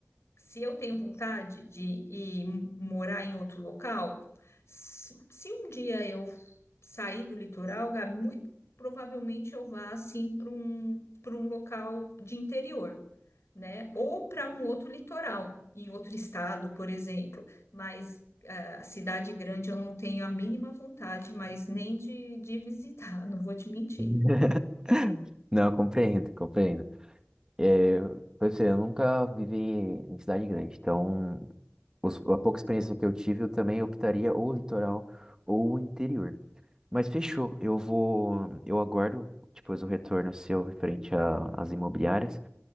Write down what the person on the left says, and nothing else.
se eu tenho vontade de ir morar em outro local, se, se um dia eu sair do litoral, Gabi, muito provavelmente eu vá assim para um, para um local de interior, né? Ou para um outro litoral, em outro estado, por exemplo. Mas ah, cidade grande eu não tenho a mínima vontade, mas nem de, de visitar, <laughs> não vou te mentir.